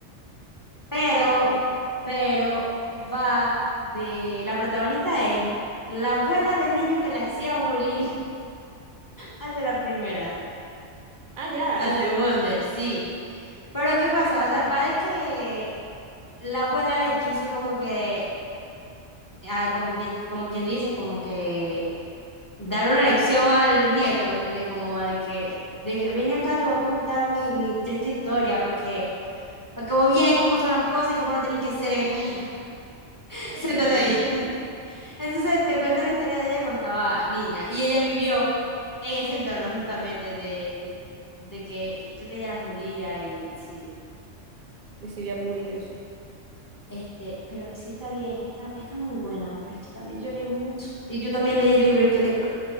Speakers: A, on the left; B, on the right.
A: Pero,
B: ok.
A: pero va de, la protagonista es la abuela del niño que le hacía bullying <laughs> al de la primera,
B: Ah, ya.
A: al de Wonder, sí. Pero ¿qué pasa? O sea, va de que la abuela le quiso como que, ah, como que, como quien dice, como que dar una lección al nieto, ¿me entendés? Como de que, de que ven acá, te voy a contar mi, mi triste historia para que, para que vos veáis cómo son las cosas y cómo no tienen que ser en esta vida. <laughs> Siéntate
B: <laughs> Ok.
A: ahí. <laughs> Entonces te cuentan la historia de ella cuando estaba niña y ella vivió en ese entorno justamente de, de que eh, creo que ella era judía y sí.
B: Recibía bullying eso.
A: Este, pero sí está bien, está, está muy buena, pero es que también lloré mucho. Y yo también leí el libro y quedé...